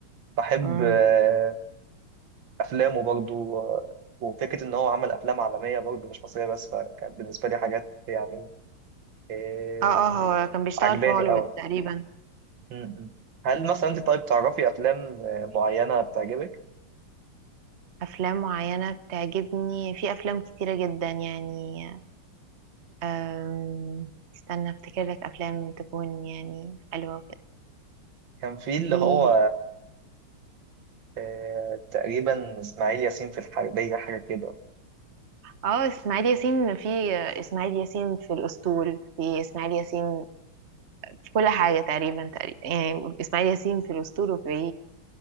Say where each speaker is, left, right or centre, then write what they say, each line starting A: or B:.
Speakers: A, on the right; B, on the right.
A: بحب
B: مم.
A: آه، افلامه برضو آه، وفكره ان هو عمل افلام عالميه برضو مش مصريه بس فكانت بالنسبه لي حاجات يعني آه،
B: اه اه هو كان بيشتغل
A: عجباني
B: في هوليوود
A: قوي
B: تقريبا
A: م-م. هل مثلا انت طيب تعرفي افلام آه، معينه بتعجبك
B: أفلام معينة بتعجبني في أفلام كتيرة جدا يعني أم... استنى افتكر لك أفلام تكون يعني حلوة وكده
A: كان في اللي
B: في
A: هو آه، تقريبا اسماعيل ياسين في الحربيه حاجه كده
B: اه اسماعيل ياسين في اسماعيل ياسين في الأسطول في اسماعيل ياسين في كل حاجة تقريبا تقريبا يعني إسماعيل ياسين في الأسطول في